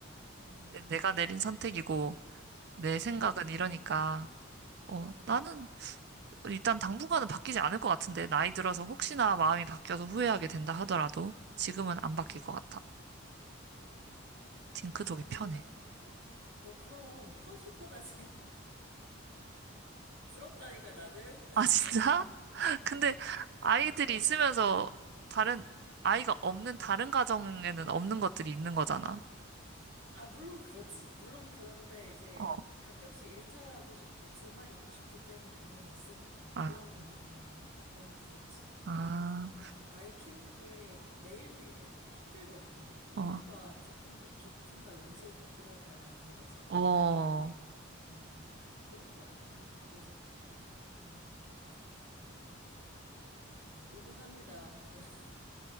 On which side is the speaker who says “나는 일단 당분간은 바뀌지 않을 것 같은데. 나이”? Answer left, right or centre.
Right